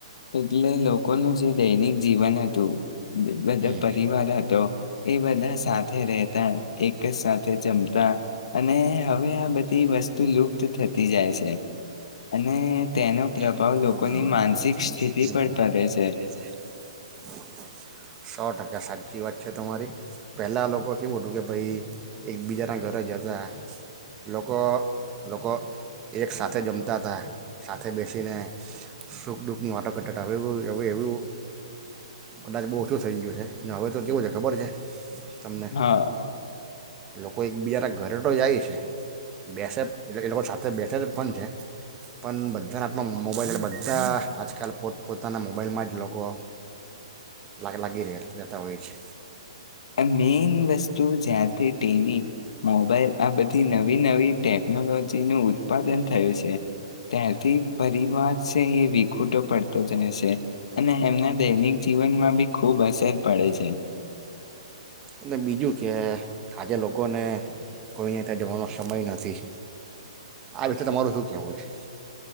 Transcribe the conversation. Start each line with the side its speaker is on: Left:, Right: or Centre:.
Left: એટલે લોકોનુ જે દૈનિક જીવન હતુ <inaudible> બધા
Right: હમ
Left: પરિવાર હતો એ બધા સાથે રહેતા એક જ સાથે જમતા અને હવે આ બધી વસ્તુ લુપ્ત થતી જાય છે અને તેનો
Right: <inaudible>
Left: પ્રભાવ લોકોની માનસિક સ્થિતિ પર પડે છે
Right: સો ટકા કે સાચી વાત છે તમારી પહેલાં લોકો કેવું હતું કે ભાઈ એકબીજાના ઘરે જતા લોકો લોકો એક સાથે જમતા હતા સાથે બેસ ને સુખ દુઃખની વાતો કરટાટ હવે એ હવે એવું કદાચ બહુ ઓછુ થઈ ગયુ છે અને હવે તો કેવું છે ખબર છે તમને
Left: હા
Right: લોકો એકબીજાના ઘરે તો જાય છે બેસે એ લોકો સાથે બેસે તો પણ છે પણ બધા બધા મોબાઈલ એટલે બધા આજકાલ પોત પોતાના મોબાઈલમા જ લોકો લાગ લાગી રહે રહેતા હોય છે
Left: આ મેઈન વસ્તુ જ્યારથી ટીવી મોબાઈલ આ બધી નવી નવી ટેકનોલોજી નુ ઉત્પાદન થયુ છે ત્યારથી પરિવાર છે એ વી ખુટો પડતો જઈસે અને એમના દૈનિક જીવનમા બી ખૂબ અસર પડે છે
Right: અને બીજું કે આજે લોકોને કોઈને ત્યા જવાનો સમય નથી આ વિશે તમારુ શું કહેવુ છે